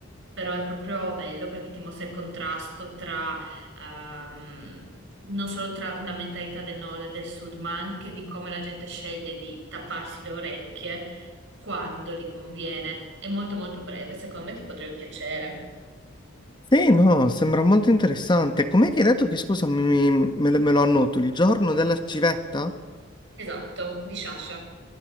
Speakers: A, on the right; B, on the left.
A: Però è proprio bello perché ti mostra il contrasto tra ehm, non solo tra la mentalità del nord e del sud, ma anche di come la gente sceglie di tapparsi le orecchie quando gli conviene. È molto molto breve, secondo me ti potrebbe piacere.
B: Sì, no, sembra molto interessante. Com'è che hai detto che, scusa, mi- mi- me, lo me lo annoto, il giorno della civetta?
A: Esatto, di Sciascia.